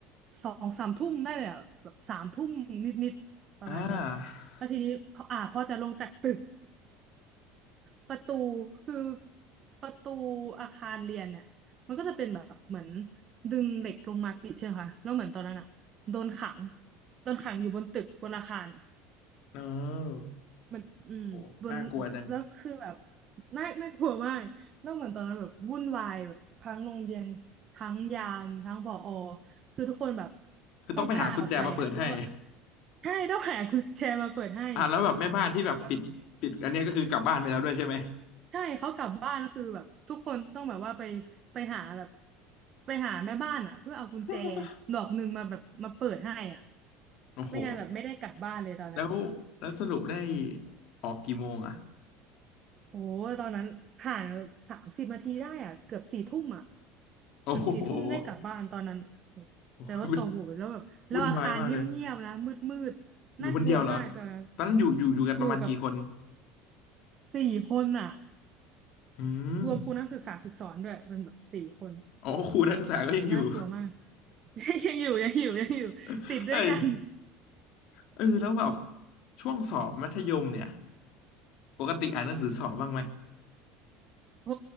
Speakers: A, on the right; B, on the left.
A: สองสามทุ่มได้เลยอะแบบสามทุ่มนิดๆประมาณนี้
B: อ่า
A: แล้วทีนี้พออ่าพอจะลงจากตึกประตูคือประตูอาคารเรียนเนี่ยมันก็จะเป็นแบบเหมือนดึงเหล็กลงมาปิดใช่ไหมคะแล้วเหมือนตอนนั้นอะโดนขังโดนขังอยู่บนตึกบนอาคาร
B: no
A: มันอืมบน
B: โอ้น่ากลัวจัง
A: แล้วคือแบบน่าน่ากลัวมากแล้วเหมือนตอนนั้นแบบวุ่นวายแบบทั้งโรงเรียนทั้งยามทั้งผอคือทุกคนแบบ
B: คือต้องไปหากุญแจมาเปิดให้
A: ต้องพาออกไปอ่ะเพราะว่าใช่ต้องหากุญแจมาเปิดให้
B: อ่ะแล้วแบบแม่บ้านที่แบบปิดปิดอันเนี้ยก็คือกลับบ้านไปแล้วด้วยใช่ไหม
A: แล้วใช่เขากลับบ้านก็คือแบบทุกคนต้องแบบว่าไปไปหาแบบไปหาแม่บ้านอ่ะเพื่อเอากุญแจ
B: <laughs>
A: ดอกหนึ่งมาแบบมาเปิดให้อ่ะ
B: โอ้โห
A: ไม่งั้นแบบไม่ได้กลับบ้านเลยตอนนั้น
B: แล้วแล้วสรุปได้ออกกี่โมงอ่ะ
A: โอ้ตอนนั้นผ่านสามสิบนาทีได้อ่ะเกือบสี่ทุ่มอ่ะ
B: โอ้โห
A: เกือบสี่ทุ่มได้กลับบ้านตอนนั้นโอ้แต่ว่าต่อโหแล้วแบบแล้วอาคารเงียบๆนะมืดๆน่ากลัวมากตอนนั้น
B: โอ้ยวุ่นวุ่นวายมากเลย อยู่คนเดียวเหรอ ตอนนั้นอยู่อยู่อยู่กันประมาณกี่คน
A: อยู่กับสี่คนอ่ะ
B: อืม
A: รวมครูนักศึกษาฝึกสอนด้วยเป็นแบบสี่คน
B: อ๋อครูนักศึกษาก็ยังอยู่
A: น่ากลัวมาก <laughs> ยังอยู่ยังอยู่ยังอยู่ติดด้วยกัน
B: <laughs> เอ้ยเออแล้วแบบช่วงสอบมัธยมเนี่ยปกติอ่านหนังสือสอบบ้างไหม
A: โห